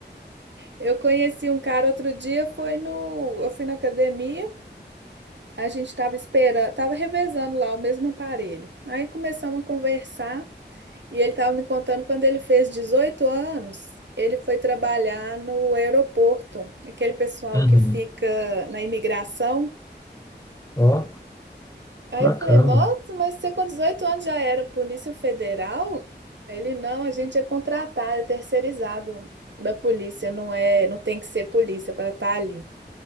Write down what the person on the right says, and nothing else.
Eu conheci um cara outro dia, foi no, eu fui na academia, a gente tava esperando, tava revezando lá o mesmo aparelho. Aí começamos a conversar. E ele estava me contando quando ele fez 18 anos, ele foi trabalhar no aeroporto, aquele pessoal
que fica na imigração.
Aí
eu falei, nossa, mas você com 18 anos já era Polícia Federal? Ele, não, a gente é contratado, é terceirizado da polícia, não é, não tem que ser polícia para estar ali.